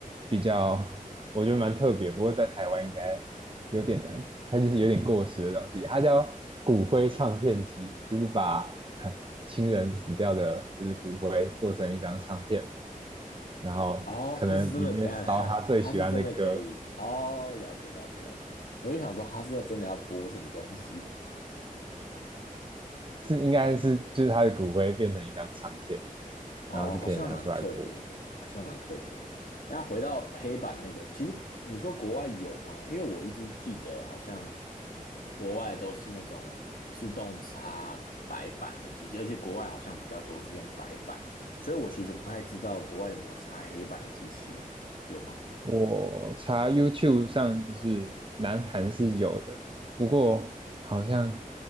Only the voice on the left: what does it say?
哦，他是真的，等一下他 <laughs> 他是真的可以，哦，了解了解了解，我就想说他是要真的要播什么东西吗？
哦，
好像蛮特别的，好像蛮特别的。那回到黑板那个，其实你说国外有吗？因为我一直记得好像国外都是那种自动擦白板的机器，而且国外好像比较多是用白板，所以我其实不太知道国外有没有擦黑板的机器，诶，有吗？